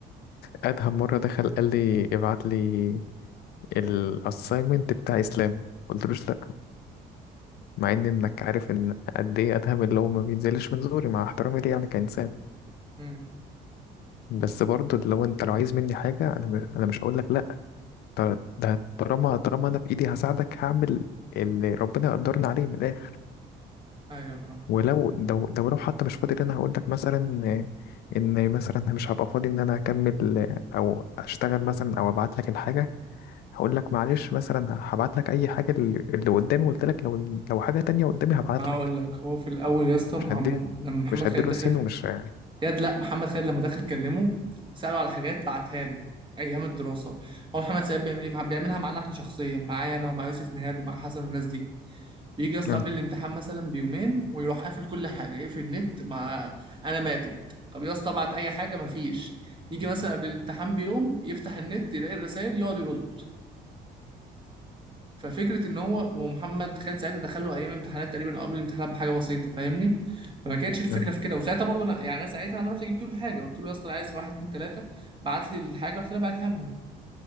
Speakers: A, on the left (about 70°); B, on the right (about 30°).
A: ادهم مرة دخل قال لي ابعت لي الاساينمنت بتاع اسلام قلت له لا مع ان انك عارف ان قد ايه ادهم اللي هو ما بينزلش من زوري مع احترامي ليه يعني كانسان
B: امم
A: بس برضه لو انت لو عايز مني حاجة انا انا مش هقول لك لا ط- ده طالما طالما انا في ايدي هساعدك هعمل اللي ربنا يقدرني عليه من الاخر
B: ايوه فاهم
A: ولو لو لو لو حتى مش فاضي انا هقول لك مثلا آه، ان مثلا مش هبقى فاضي ان انا اكمل آه، او اشتغل مثلا او ابعت لك الحاجه هقول لك معلش مثلا هبعت لك اي حاجه اللي اللي قدامي قلت لك لو لو حاجه تانية قدامي هبعت
B: ما هقول
A: لك
B: لك هو في الاول يا اسطى محمد
A: مش هديله
B: لما محمد
A: مش هديله
B: خالد دخل
A: سين ومش آه،
B: ياد لا محمد خالد لما دخل كلمه ساله على حاجات بعتها له ايام الدراسه هو محمد سيد بيعمل إيه؟ بيعملها معانا احنا شخصيا معايا انا ومع يوسف نهاد ومع حسن والناس دي بيجي يا اسطى
A: آه،
B: قبل الامتحان مثلا بيومين ويروح قافل كل حاجه يقفل النت مع انا ماتت طب يا اسطى ابعت اي حاجه مفيش يجي مثلا قبل الامتحان بيوم يفتح النت يلاقي الرسائل يقعد يرد ففكره ان هو ومحمد خالد ساعتها دخله ايام امتحانات تقريبا أو قبل الامتحانات بحاجه بسيطه فاهمني فما كانتش الفكره
A: آه،
B: في كده وساعتها برضه انا يعني انا ساعتها انا رحت جبت له الحاجه قلت له يا اسطى أنا عايز واحد اتنين تلاته بعت لي الحاجه رحت انا بعتها لهم